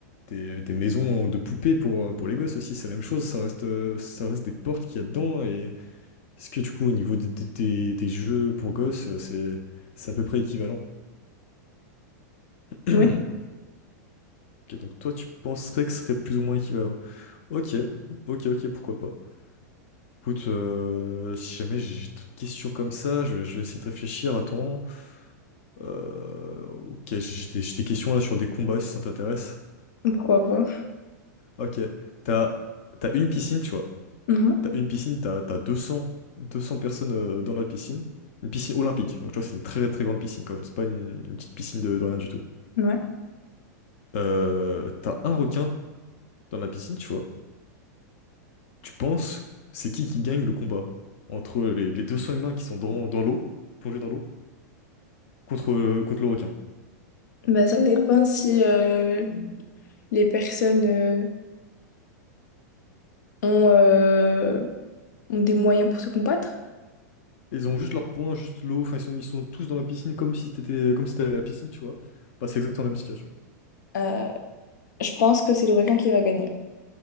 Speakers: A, on the left; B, on the left.
A: des, des maisons de poupées pour, euh, pour les gosses aussi, c'est la même chose, ça reste, euh, ça reste des portes qu'il y a dedans, et est-ce que du coup au niveau des, des- des- des jeux pour gosses, euh, c'est c'est à peu près équivalent? <clears throat>
B: Oui.
A: Ok, donc toi tu penserais que ce serait plus ou moins équivalent. Ok, ok, ok, pourquoi pas. Écoute, euh, si jamais j'ai j'ai d'autres questions comme ça, je, je vais essayer de réfléchir. Attends. Euh, ok, j'ai j'ai des, j'ai des questions là sur des combats si ça t'intéresse.
B: Pourquoi pas?
A: Ok, t'as, t'as une piscine, tu vois.
B: Mhm,
A: T'as une piscine, t'as, t'as deux cents deux cents personnes euh, dans la piscine. Une piscine olympique. Donc, tu vois, c'est une très, très grande piscine quand même. C'est pas une, une petite piscine de, de rien du tout.
B: ouais.
A: Euh, t'as un requin dans la piscine, tu vois. Tu penses, c'est qui qui gagne le combat entre les, les 200 humains qui sont dans, dans l'eau, plongés dans l'eau, contre, euh, contre le requin.
B: Ben, ça dépend si euh, les personnes euh, ont, euh, ont des moyens pour se combattre.
A: Ils ont juste leur poing, juste l'eau. Enfin, ils sont, ils sont tous dans la piscine comme si t'étais, comme si t'allais à la piscine, tu vois. Bah, c'est exactement la même situation.
B: Euh, je pense que c'est le requin qui va gagner.